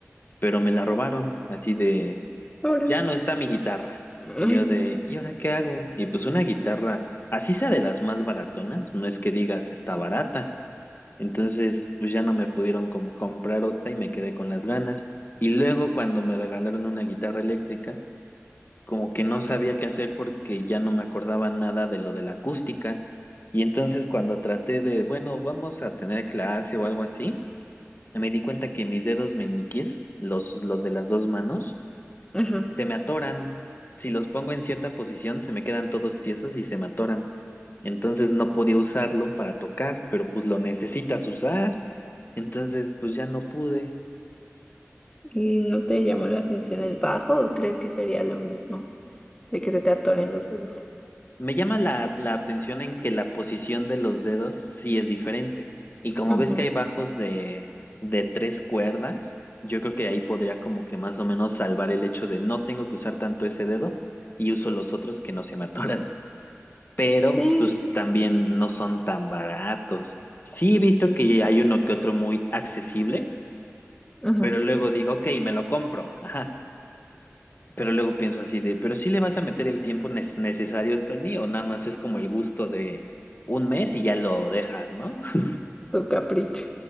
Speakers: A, on the left; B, on the left.
A: pero me la robaron, así de
B: Ahora.
A: ya no está mi guitarra.
B: <laughs>
A: Y
B: Ay,
A: yo de, ¿y ahora qué hago? Y pues una guitarra, así sea de las más baratonas, no es que digas está barata. Entonces, pues ya no me pudieron como comprar otra y me quedé con las ganas. Y luego cuando me regalaron una guitarra eléctrica, como que no sabía qué hacer porque ya no me acordaba nada de lo de la acústica. Y entonces cuando traté de, bueno, vamos a tener clase o algo así, me di cuenta que mis dedos meñiques, los, los de las dos manos,
B: Ajá.
A: se me atoran. Si los pongo en cierta posición, se me quedan todos tiesos y se me atoran. Entonces no podía usarlo para tocar, pero pues lo necesitas usar. Entonces pues ya no pude.
B: ¿Y no te llamó la atención el bajo o crees que sería lo mismo? de que se te atoren los dedos.
A: Me llama la, la atención en que la posición de los dedos sí es diferente. Y como
B: Ujú,
A: ves que hay bajos de, de tres cuerdas, yo creo que ahí podría como que más o menos salvar el hecho de no tengo que usar tanto ese dedo y uso los otros que no se me atoran. Pero
B: Sí,
A: pues también no son tan baratos. Sí he visto que hay uno que otro muy accesible,
B: ujú,
A: pero luego digo, ok, me lo compro. Ajá. Pero luego pienso así de, ¿pero sí le vas a meter el tiempo nes- necesario, Tony? ¿O nada más es como el gusto de un mes y ya lo dejas, ¿no? <laughs>
B: tu capricho.